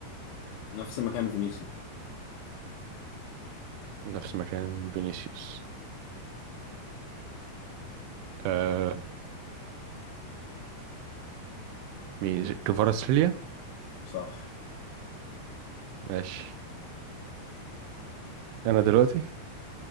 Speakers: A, on the left; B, on the right.
A: نفس مكان فينيسيوس
B: نفس مكان فينيسيوس آه مين كفاراتسخيليا
A: صح
B: ماشي انا دلوقتي